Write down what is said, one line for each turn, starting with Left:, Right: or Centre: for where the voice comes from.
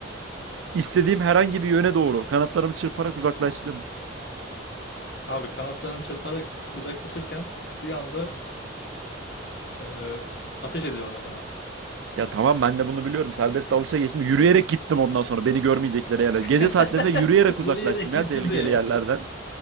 Right: İstediğim herhangi bir yöne doğru kanatlarımı çırparak uzaklaştım.
Left: Abi kanatlarını çırparak uzaklaşırken bir anda e, ateş ediyorlar sana.
Right: Ya tamam ben de bunu biliyorum. Serbest dalışa geçtim. Yürüyerek gittim ondan sonra beni görmeyecekleri yerler. Gece
Left: <laughs>
Right: saatlerinde yürüyerek uzaklaştım
Left: Yürüyerek gittim
Right: ya tehlikeli
Left: de ya.
Right: yerlerden.